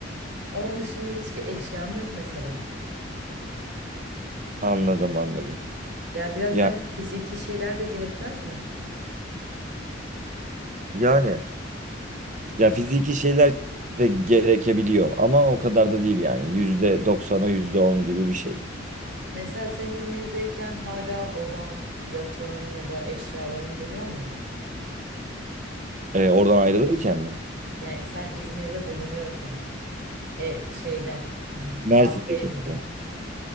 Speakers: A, on the right (about 60°); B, on the right (about 40°).
A: onun dışında hiçbir eşyam yok mesela
B: Anladım anladım.
A: yani biraz
B: Ya
A: bence fiziki şeyler de gerekmez mi?
B: yani ya fiziki şeyler de gerekebiliyor ama o kadar da değil yani. Yüzde doksana yüzde on gibi bir şey.
A: Mesela sen İzmir'deyken hala odan, yatağın ya da eşyaların duruyor muydu?
B: E, oradan ayrılırken mi?
A: Yani sen İzmir'de bulunuyorken, e, şeyde, hmm,
B: Mersin'deki
A: aile evinde.
B: gibi.